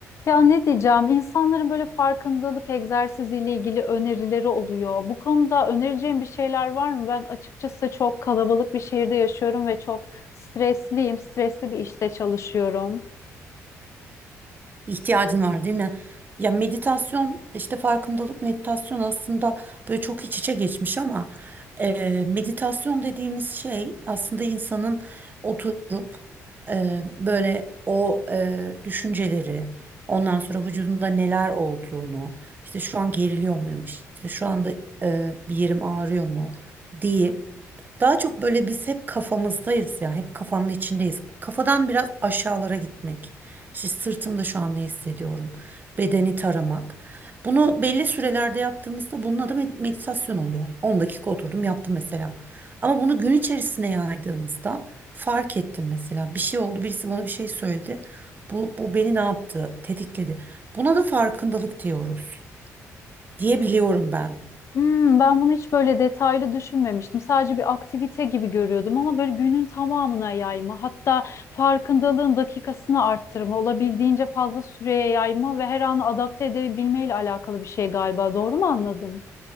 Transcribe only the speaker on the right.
ihtiyacın var değil mi? Ya meditasyon işte farkındalık meditasyon aslında böyle çok iç içe geçmiş ama e, meditasyon dediğimiz şey aslında insanın oturup e, böyle o e, düşünceleri ondan sonra vücudunda neler olduğunu işte şu an geriliyor muyum işte şu anda e, bir yerim ağrıyor mu diye daha çok böyle biz hep kafamızdayız ya, hep kafamın içindeyiz. Kafadan biraz aşağılara gitmek. İşte sırtımda şu an ne hissediyorum? Bedeni taramak. Bunu belli sürelerde yaptığımızda bunun adı med- meditasyon oluyor. 10 dakika oturdum yaptım mesela. Ama bunu gün içerisine yaydığımızda fark ettim mesela. Bir şey oldu, birisi bana bir şey söyledi. Bu, bu beni ne yaptı? Tetikledi. Buna da farkındalık diyoruz diyebiliyorum ben.